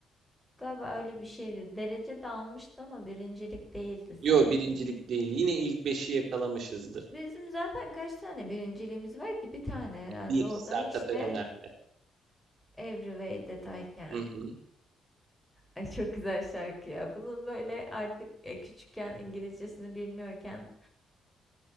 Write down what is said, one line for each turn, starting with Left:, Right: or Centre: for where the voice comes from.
Centre: Galiba öyle bir şeydi. Derece de almıştı ama birincilik değildi sanki.
Right: Yo birincilik değil. Yine ilk beşi yakalamışızdır.
Centre: Bizim zaten kaç tane birinciliğimiz var ki? Bir tane herhalde.
Right: Bir
Centre: O
Right: Sertab
Centre: da işte
Right: Erener'le.
Centre: Every Way That I Can.
Right: Hı hı.
Centre: Ay çok güzel şarkı ya. Bunun böyle artık e, küçükken İngilizcesini bilmiyorken